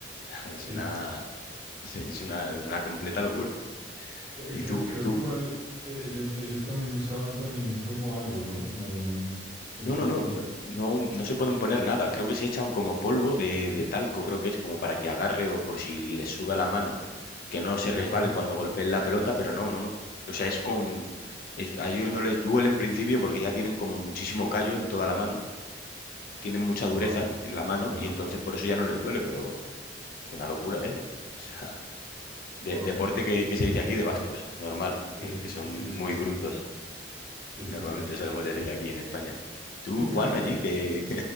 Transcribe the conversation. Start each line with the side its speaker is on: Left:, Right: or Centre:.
Left: <laughs> es
Right: sí.
Left: una, es una, una completa locura.
Right: Eh, eh,
Left: ¿Y
Right: Creo,
Left: tú,
Right: creo
Left: tú?
Right: que igual eh, ellos, ellos también usaban también como algo, ¿no? Como un, un,
Left: No, no, no, no, no no se pueden poner nada. Creo que se echan como polvo de, de talco, creo que es, como para que agarre o por si le suda la mano, que no
Right: ajá,
Left: se resbale cuando golpeen la pelota, pero no, no, no. O sea, es con... es- a ellos no les duele en principio porque ya tienen como muchísimo callo en toda la mano, tienen mucha dureza
Right: wow,
Left: en la mano
Right: ajá,
Left: y entonces por eso ya no les duele, pero es una locura eso. <laughs> O sea, de-
Right: wow,
Left: deporte que, que
Right: interesante.
Left: se dice aquí de vascos, normal,
Right: Sí,
Left: que, que son
Right: sí, sí,
Left: muy
Right: sí,
Left: brutos,
Right: sí,
Left: normalmente
Right: sí, sí.
Left: solemos decir aquí en España. ¿Tú,
Right: <laughs>
Left: Juan, allí, que...